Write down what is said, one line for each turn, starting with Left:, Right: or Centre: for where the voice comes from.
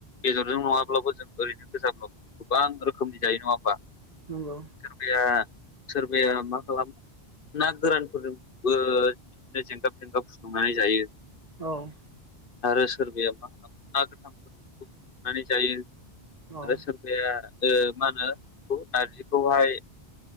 Left: बेदरजों नङाब्लाबो जों ओरैनो गोजाब्लाबो गोबां रोखोमनि जायो नङा होमबा?
Right: नंगौ।
Left: सोरबाया सोरबाया मा खालामो ना गोरानफोरजोंबो बिदिनो जेंगाब थेंगाब फुदुंनानै जायो।
Right: औ।
Left: आरो सोरबाया मा ना गोथां खनानै जायो
Right: औ
Left: आरो मा होनो बे नारजिखौहाय